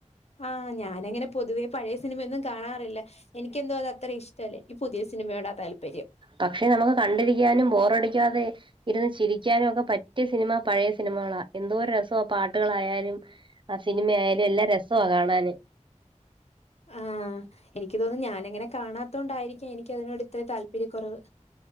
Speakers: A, on the left (about 55°); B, on the right (about 40°).
A: ആഹ് ഞാനങ്ങനെ പൊതുവേ പഴയ സിനിമയൊന്നും കാണാറില്ല എനിക്കെന്തോ അത് അത്ര ഇഷ്ടല്ല. ഇനിക് പുതിയ സിനിമയോട ആ താല്പര്യം
B: പക്ഷെ നമുക്ക് കണ്ടിരിക്കാനും ബോറടിക്കാതെ ഇരുന്ന് ചിരിക്കാനും ഒക്കെ പറ്റിയ സിനിമ പഴയ സിനിമകളാ എന്തോരു രസാ പാട്ടുകളായാലും ആ സിനിമയാലും എല്ലാം രസവാ കാണാന്
A: ആഹ് എനിക്ക് തോന്നുന്നു ഞാനിങ്ങനെ കാണാത്ത കൊണ്ടായിരിക്കാം. എനിക്ക് അതിനോട് ഇത്ര താല്പര്യക്കുറവ്